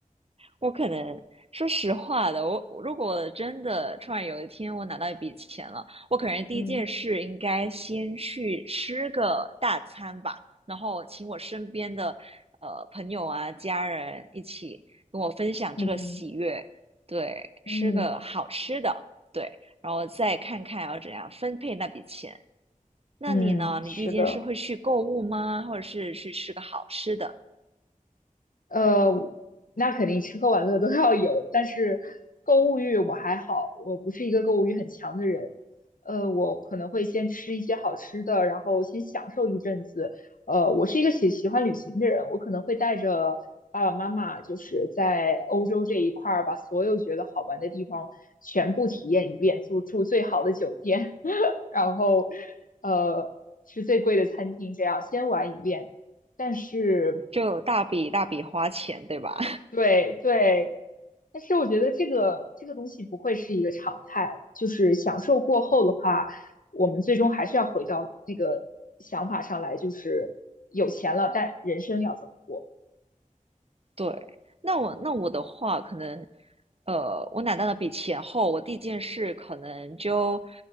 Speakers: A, on the right (about 45°); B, on the left (about 75°).
A: 我可能说实话的，我我如果真的突然有一天我拿到一笔钱了，我可能第一件事应该先去吃个大餐吧，
B: 嗯
A: 然后请我身边的呃朋友啊、家人一起跟我分享这个喜悦，
B: 嗯
A: 对，
B: 嗯
A: 吃个好吃的，对，然后再看看要怎样分配那笔钱。那你呢？
B: 嗯，
A: 你第一件事会去购物吗？
B: 是的。
A: 或者是去吃个好吃的？
B: 呃，那肯定吃喝玩乐都要有，但是购物欲我还好，我不是一个购物欲很强的人。呃，我可能会先吃一些好吃的，然后先享受一阵子。呃，我是一个喜喜欢旅行的人，我可能会带着爸爸妈妈，就是在欧洲这一块儿，把所有觉得好玩的地方全部体验一遍，住住最好的酒店，<laughs> 然后呃吃最贵的餐厅，这样先玩一遍。但是。
A: 就有大笔大笔花钱，对吧？
B: 对对，但是我觉得这个这个东西不会是一个常态，就是享受过后的话，我们最终还是要回到那个想法上来，就是有钱了，但人生要怎么过？
A: 对，那我那我的话，可能，呃，我拿到那笔钱后，我第一件事可能就，